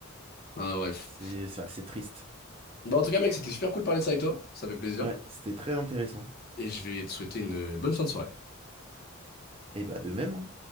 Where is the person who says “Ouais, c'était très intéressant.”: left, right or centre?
Right